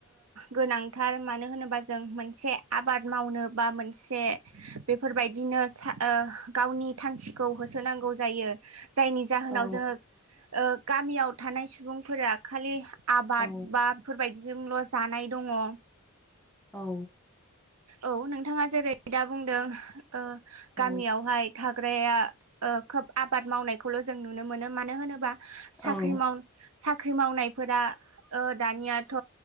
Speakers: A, on the right (about 90°); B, in the centre.
A: गोनांथार मानो होनोबा जों मोनसे आबाद मावनो बा मोनसे बेफोरबायदिनो सासे गावनि थांखिखौ होसोनांगौ जायो जायनि जाहोनाव
B: औ
A: जोङो ओ गामियाव थानाय सुबुंफोरा खालि आबाद
B: औ
A: बा बेफोरबायदिजोंल' जानाय दङ
B: औ
A: औ नोंथाङा जेरै दा बुंदों ओ
B: औ
A: गामियावहाय थाग्राया खोब आबाद मावनायखौल' जों नुनो मोनो मानो होनोबा साख्रि
B: औ
A: मावनाय साख्रि मावनायफोरा ओ दानियाथ'